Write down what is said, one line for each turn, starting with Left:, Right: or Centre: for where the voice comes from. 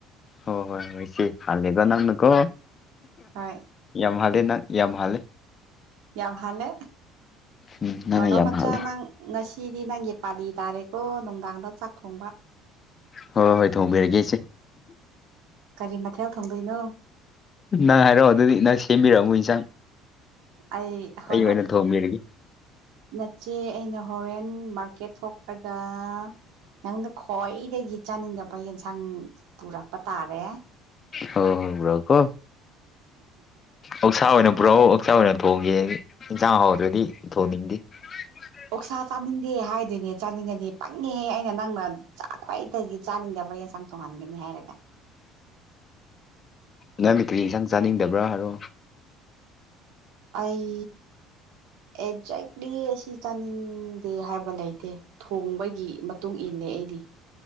Left: ꯍꯣꯏ ꯍꯣꯏ ꯍꯣꯏ ꯏꯆꯦ ꯍꯥꯜꯂꯦꯀꯣ ꯅꯪꯅꯀꯣ
Right: ꯍꯣꯏ
Left: ꯌꯥꯝ ꯍꯥꯜꯂꯦ ꯅꯪ ꯌꯥꯝ ꯍꯥꯜꯂꯦ
Right: ꯌꯥꯝ ꯍꯥꯜꯂꯦ
Left: ꯎꯝ ꯅꯪꯅ
Right: ꯅꯅꯥꯎ
Left: ꯌꯥꯝ
Right: ꯃꯆꯥ
Left: ꯍꯥꯜꯂꯦ
Right: ꯅꯪ ꯉꯁꯤꯗꯤ ꯅꯪꯒꯤ ꯄꯥꯂꯤ ꯇꯥꯔꯦꯀꯣ ꯅꯨꯡꯗꯥꯡꯗ ꯆꯥꯛ ꯊꯣꯡꯕ
Left: ꯍꯣꯏ ꯍꯣꯏ ꯊꯣꯡꯕꯤꯔꯒꯦ ꯏꯆꯦ
Right: ꯀꯔꯤ ꯃꯊꯦꯜ ꯊꯣꯡꯗꯣꯏꯅꯣ
Left: ꯅꯪ ꯍꯥꯏꯔꯛꯑꯣ ꯑꯗꯨꯗꯤ ꯅꯪ ꯁꯦꯝꯕꯤꯔꯛꯃꯣ ꯏꯟꯁꯥꯡ
Right: ꯑꯩ ꯍꯣꯏ
Left: ꯑꯩ ꯑꯣꯏꯅ
Right: ꯍꯣꯏ
Left: ꯊꯣꯡꯕꯤꯔꯒꯦ
Right: ꯅꯠꯆꯦ ꯑꯩꯅ ꯍꯣꯔꯦꯟ ꯃꯥꯔꯀꯦꯠ ꯊꯣꯛꯂꯒ ꯅꯪꯗ ꯈ꯭ꯋꯥꯏꯗꯒꯤ ꯆꯥꯅꯤꯡꯗꯕ ꯌꯦꯟꯁꯥꯡ ꯄꯨꯔꯛꯄ ꯇꯥꯔꯦ
Left: ꯍꯣꯏꯔꯥꯛꯀꯣ ꯑꯣꯛꯁꯥ ꯑꯣꯏꯅ ꯄꯨꯔꯛꯑꯣ ꯑꯣꯛꯆꯥꯥ ꯑꯣꯏꯅ ꯊꯣꯡꯒꯦ ꯏꯟꯁꯥꯡ ꯍꯥꯎꯗ꯭ꯔꯗꯤ ꯊꯣꯡꯅꯤꯡꯗꯦ <inaudible>
Right: ꯑꯣꯛꯁꯥ ꯆꯥꯅꯤꯡꯗꯦ ꯍꯥꯏꯗꯨꯏꯅꯦ ꯆꯥꯅꯤꯡꯉꯗꯤ ꯄꯪꯉꯦꯍꯦ ꯑꯩꯅ ꯅꯪꯅ ꯈ꯭ꯋꯥꯏꯗꯒꯤ ꯆꯥꯅꯤꯡꯗꯕ ꯌꯦꯟ ꯏꯟꯁꯥꯡ ꯊꫭꯡꯍꯟꯒꯅꯤ ꯍꯥꯏꯔꯒ
Left: ꯅꯪꯗꯤ ꯀꯔꯤ ꯏꯟꯁꯥꯡ ꯆꯥꯅꯤꯡꯗꯕ꯭ꯔꯥ ꯍꯥꯏꯔꯣ
Right: ꯑꯩ ꯑꯦꯛꯖꯦꯛꯂꯤ ꯑꯁꯤ ꯆꯥꯅꯤꯡꯗꯦ ꯍꯥꯏꯕ ꯂꯩꯇꯦ ꯊꯣꯡꯕꯒꯤ ꯃꯇꯨꯡ ꯏꯜꯂꯦ ꯑꯩꯗꯤ